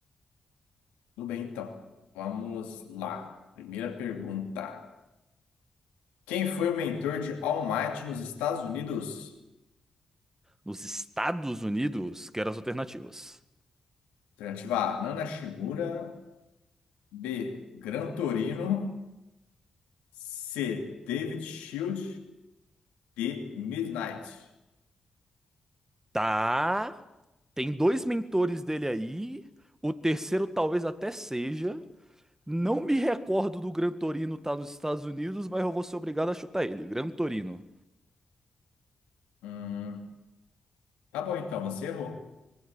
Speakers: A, on the left; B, on the right.
A: Tudo bem, então. Vamos lá. Primeira pergunta. Quem foi o mentor de All Might nos Estados Unidos?
B: Nos Estados Unidos, quero as alternativas.
A: Alternativa A, Nana Shimura. B, Gran Torino. C, David Shield. D, Midnight.
B: Tá, tem dois mentores dele aí. O terceiro talvez até seja. Não me recordo do Gran Torino tá nos Estados Unidos, mas eu vou ser obrigado a chutar ele. Gran Torino.
A: Hum, tá bom, então, você errou.